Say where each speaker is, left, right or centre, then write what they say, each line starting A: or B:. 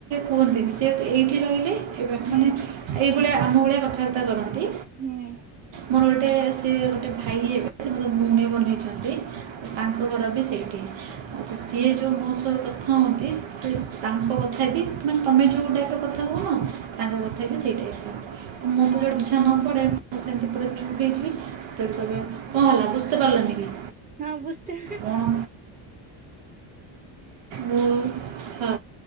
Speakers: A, on the right (about 60°); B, on the right (about 15°).
A: କୁହନ୍ତିନି ଯେହେତୁ ଏଇଠି ରହିଲେ ଏବେ
B: ହୁଁ
A: ମାନେ ଏଇ ଭଳିଆ ଆମ ଭଳିଆ କଥାବାର୍ତ୍ତା କରନ୍ତି।
B: ହୁଁ।
A: ମୋର ଗୋଟେ ସେ ଗୋଟେ ଭାଇ ହେବେ ସେ ଭଉଣୀ ବନେଇଛନ୍ତି। ତାଙ୍କ ଘର ବି ସେଇଠି!। ଆଛା ସିଏ ଯେଉଁ ମୋ ସହ କଥା ହୁଅନ୍ତି ସେ ତାଙ୍କ କଥା ବି ମାନେ ତମେ ଯେଉଁ ଟାଇପ୍ ର କଥା
B: ହ
A: କହୁନ
B: <inaudible>
A: ତାଙ୍କ କଥା ବି ସେଇ ଟାଇପ୍ ର ମତେ
B: ହଁ
A: ଯୋଉଟା ବୁଝା ନ ପଡ଼େ ମୁଁ ସେମିତି ପୁରା ଚୁପ୍ ହେଇଯିବି ତେବେ କହିବେ କଣ ହେଲା ବୁଝିତ ପାରିଲନି!
B: ତା ଅବସ୍ଥା
A: କ'ଣ ମୁଁ ହଁ।